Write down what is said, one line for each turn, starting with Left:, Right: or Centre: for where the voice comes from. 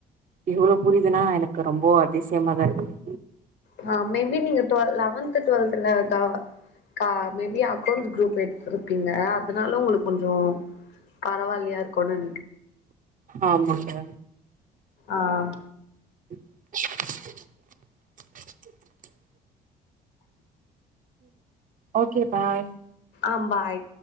Right: எவ்வளவு புரியுதுன்னா எனக்கு ரொம்ப அதிசயமாகதான் இருக்கு
Left: ஹ மேபி நீங்க லெவன்த் டுவெல்த்ல மேபி அக்கௌண்ஸ் குரூப் எடுத்திருப்பீங்க அதனால உங்களுக்கு கொஞ்சம் பரவாயில்யா இருக்குனும்
Right: ஆமாக
Left: ஆஹ்
Right: <inaudible> ஓகேப் ப <inaudible>
Left: ஆம் பாய்